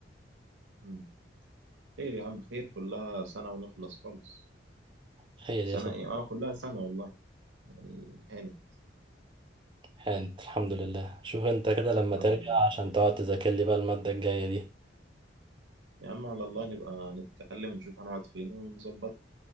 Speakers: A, on the right; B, on the right.
A: مم. خير يا عم خير كلها سنة ونخلص خالص
B: خير
A: سنة
B: يا
A: إيه؟ آه كلها سنة والله يعني هانت
B: سبحان الحمد لله شوف انت كده لما ترجع
A: الحمد لله
B: عشان تقعد تذاكر لي بقى المادة الجاية دي
A: يا عم على الله نبقى نتكلم ونشوف هنقعد فين ونظبط